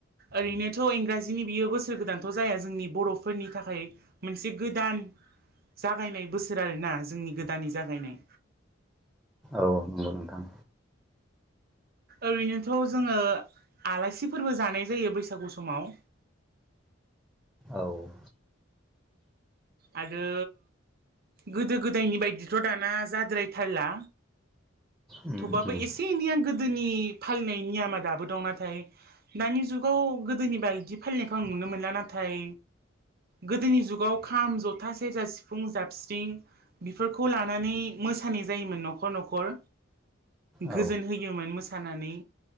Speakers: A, on the right (about 50°); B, in the centre.
A: ओरैनो थ' इंराजिनि बियो बोसोर गोदानथ' जाया जोंनि बर'फोरनि थाखाय मोनसे गोदान जागायनाय बोसोर आरोना जोंनि गोदानै जागायनाय
B: औ नंगौ नोंथां।
A: ओरैनोथ' जोङो आलासिफोरबो जानाय जायो बैसागु समाव।
B: औ।
A: आरो गोदो गोदायनि बायदिथ' दाना जाद्रायथारला
B: उम
A: थेबो
B: उम
A: एसेनैया गोदो गोदोनि फालिनायनायनि नियमा दाबो दं नाथाय दानि जुगाव गोदोनि बायदि फालिनायखौ आं नुनो। मोनलाना नाथाय गोदोनि जुगाव खाम, जथा, सेरजा, सिफुं, जाबस्रिं बेफोरखौ लानानै मोसानाय जायोमोन न'खर न'खर। गोजोन
B: औ
A: होयोमोन मोसानानै